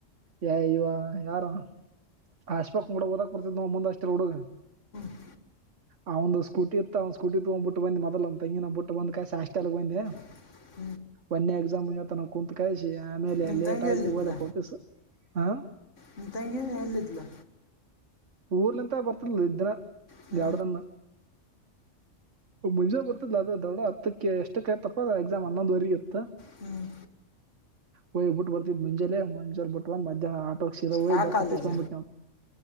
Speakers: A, on the right (about 70°); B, on the left (about 70°).
A: ಹೇ ಇವ ಯಾರವನು ಅಷ್ಟಪಕ್ಡ ಕೂಡ ಓದಕ್ ಬರ್ತದನ ನೋಡ ಮುಂದ ಹಾಸ್ಟೆಲ್ ಹುಡುಗ
B: ಹ
A: ಆ ಒಂದು ಸ್ಕೂಟಿ ಇತ್ತ ಅವ್ ಸ್ಕೂಟ ತೊಗೊಂಡು ಬಿಟ್ಟ ಬಂದ ಮೊದಲ ನಮ್ಮ ತಂಗಿಯನ್ನು ಬಿಟ್ಟ ಬಂದ ಕಾಯಸಿ ಹಾಸ್ಟೆಲ್ಗೆ ಬಂದೆ
B: <unintelligible>
A: ಒನ್ನೇ ಎಕ್ಸಾಮ್ ಗೆ ಹೇಳ್ತಾನೆ ಕುಂತ ಕಳಿಸಿ ಆಮೇಲೆ
B: ನಿಮ್ಮ
A: ಲೇಟ್
B: ತಂಗಿ
A: ಆಗಿ
B: ಎಲ್ಲಿದ್ಲ
A: ಓದಕ್ಕೆ ವಾಪಸ್ ಹ
B: ನಿಮ್ಮ ತಂಗಿ ಎಲ್ಲಿದ್ಲು
A: ಊರಿಂದ ಬರ್ತಿದ್ಲು ಇಷ್ಟ್ ದಿನ
B: ಹ್ಞೂ
A: ಎರಡು ದಿನ ಮುಂಜಾಗೆ ಬರ್ತದ ಅದು ಬೇಗ ಹತ್ತಕ್ಕೆ ಎಷ್ಟಕ್ಕಾಯತಪ್ಪ ಎಕ್ಸಾಮ್ ಹನೊಂದುವರೆಗೆ ಇತ್ತು
B: ಹ್ಮ್
A: ಹೋಗ್ ಬಿಟ್ಟ ಬರ್ತಿದ ಮುಂಜಾನೆ, ಮುಂಜಾನೆ ಬಿಟ್ಟ ಮಧಹ್ನ ಆಟೋ ಕೆ ಸೀದಾ ಹೋಗಿ
B: ಯಾವ
A: ಬಸ್
B: ಕಾಲೇಜ
A: ಹತ್ತಿಸಿ ಬಂದ್ಬಿಟ್ನಿ